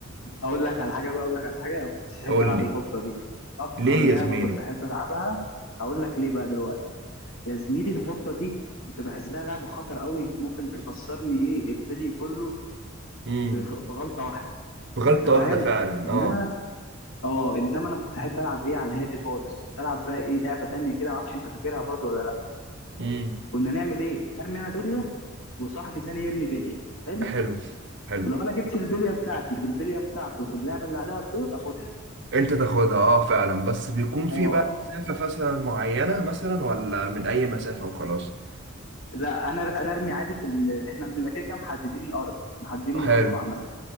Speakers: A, on the left; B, on the right.
A: اقول لك على حاجه بقى اقول لك على حاجه انا ما كنتش احب
B: قول
A: العب
B: لي
A: الحفره دي اكتر
B: ليه يا
A: لعبه
B: زميلي
A: كنت احب العبها هقول لك ليه بقى دلوقتي يا زميلي الحفرة دي انت بحسها لعبة خطر قوي ممكن تخسرني ايه البلي كله
B: امم
A: في في غلطة واحدة
B: غلطة
A: انت فاهم
B: واحدة فعلا
A: انما
B: اه
A: انا اه انما انا كنت احب العب ايه على الهادي خالص كنت العب بقى ايه لعبة تانية كده معرفش انت فاكرها برضو ولا لا
B: امم
A: كنا نعمل ايه ارمي انا بلية وصاحبي تاني يرمي بلية حلو
B: حلو حلو
A: ولو انا جبت البلية بتاعتي في البلية بتاعته في اللعبة اللي عليها الدور اخدها
B: انت تاخدها اه فعلا بس بيكون في
A: اه
B: بقى مسافة مثلا معينة مثلا ولا من اي مسافة وخلاص
A: لا انا انا ارمي عادي في ال... احنا بنبقى كده كده محددين ارض محددين مربع
B: حلو
A: مثلا